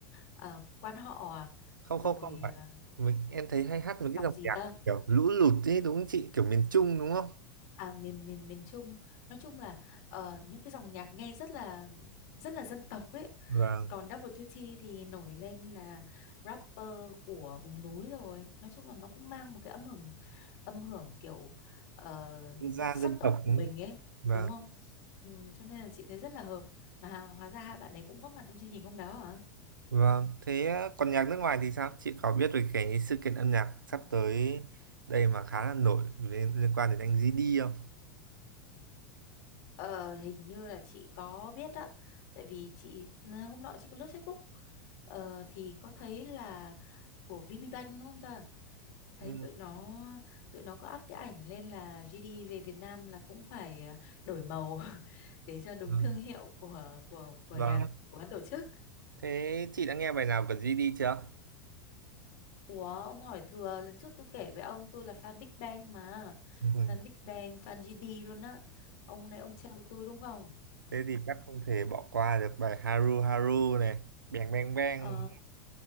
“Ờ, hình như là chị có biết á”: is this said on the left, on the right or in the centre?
Left